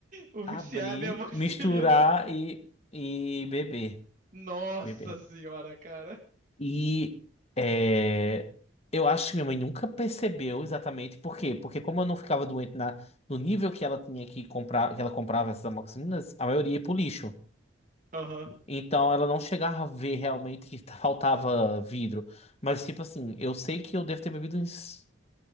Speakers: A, on the right; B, on the left.
A: O viciado
B: abrir,
A: em amoxicilina.
B: misturar e, e beber,
A: Nossa
B: beber.
A: senhora, cara.
B: E é, eu acho que minha mãe nunca percebeu exatamente por quê. Porque como eu não ficava doente na, no nível que ela tinha que comprar, que ela comprava essas amoxicilinas, a maioria ia pro lixo.
A: Aham.
B: Então ela não chegava a ver realmente que <laughs> faltava vidro. Mas, tipo assim, eu sei que eu devo ter bebido uns